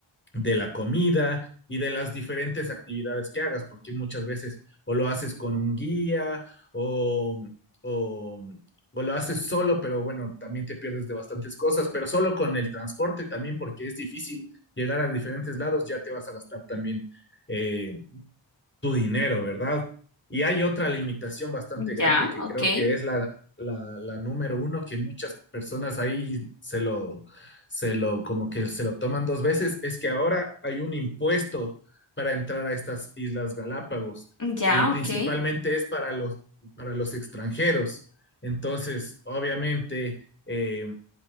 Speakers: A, on the left; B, on the left.
A: de la comida y de las diferentes actividades que hagas, porque muchas veces o lo haces con un guía o, o, o lo haces solo, pero bueno, también te pierdes de bastantes cosas, pero solo con el transporte también, porque es difícil llegar a diferentes lados, ya te vas a gastar también eh, tu dinero, ¿verdad? Y hay otra limitación bastante grande
B: ya,
A: que
B: ok.
A: creo que es la, la, la número uno, que muchas personas ahí se lo, se lo, como que se lo toman dos veces, es que ahora hay un impuesto para entrar a estas Islas Galápagos
B: Ya,
A: y principalmente
B: ok,
A: es para los, para los extranjeros. Entonces, obviamente, eh,